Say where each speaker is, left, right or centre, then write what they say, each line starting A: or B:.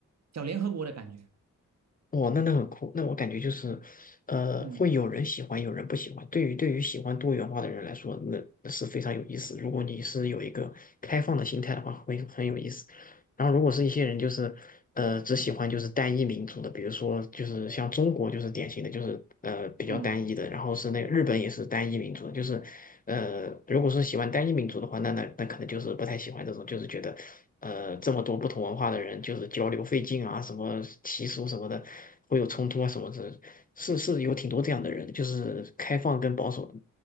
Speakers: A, on the right; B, on the left.
A: 小联合国的感觉。
B: 哇，那那很酷。那我感觉就是，呃，
A: 嗯
B: 会有人喜欢，有人不喜欢。对于对于喜欢多元化的人来说，那那是非常有意思。如果你是有一个开放的心态的话，会很有意思。然后，如果是一些人就是呃，只喜欢就是单一民族的，比如说就是像中国就是典型的，就是呃比较单一的，
A: 嗯
B: 然后是那个日本也是单一民族的，就是呃如果说喜欢单一民族的话，那那那可能就是不太喜欢这种，就是觉得呃这么多不同文化的人就是交流费劲啊，什么习俗什么的会有冲突啊什么的，是是有挺多这样的人，就是开放跟保守的。